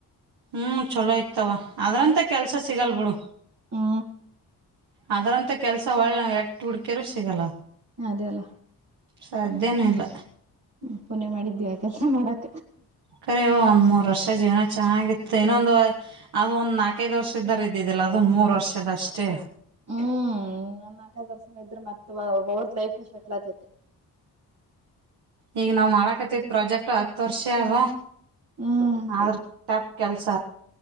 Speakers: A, on the right; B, on the right.
A: ಹ್ಮ್ ಚೊಲೋ ಇತವ ಅದ್ರಂತ ಕೆಲ್ಸ ಸಿಗಲ್ ಬಿಡು
B: ಹಾ
A: ಅದ್ರಂತ ಕೆಲ್ಸ ಒಳ್ಳೆ ಎಟ್ ಹುಡ್ಕ್ಯದ್ರು ಸಿಗಲ್ಲ.
B: ಅದೇಲ್ಲ.
A: ಸಾಧ್ಯನೆ ಇಲ್ಲ.
B: ಹ್ಮ ಪುಣ್ಯ ಮಾಡಿದ್ಯ ಆ ಕೆಲ್ಸ ಮಾಡಕ.
A: ಕರೆವಾ ಒಂದ್ ಮೂರ್ ವರ್ಷ ಜೀವ್ನ ಚೆನ್ನಾಗಿತ್ತು ಇನ್ನೊಂದ್ ವ. ಅದ್ ಒಂದ್ ನಾಲ್ಕೈದ್ ವರ್ಷದಾರ್ ಇದ್ದಿದ್ದಿಲ್ಲ ಅದು ಮೂರ್ ವರ್ಷದ್ ಅಷ್ಟೇ.
B: ಹ್ಮ್ ಒನ್ ನಕೈದ್ ವರ್ಷ ಇದ್ರ ಮತ್ ಅವ್ ಅವ್ರದ್ ಲೈಫ ಶಟ್ಲ್ ಆತಿತ್ತು.
A: ಈಗ್ ನಾವ್ ಮಾಡಕತಿತ್ ಪ್ರಾಜೆಕ್ಟ್. ಟತ್. ತೋರ್ಶ್ಯ ಅಲ್ವಾ
B: ಹ್ಮ್
A: ಆದ್ರ ಟಪ್ ಕೆಲ್ಸ.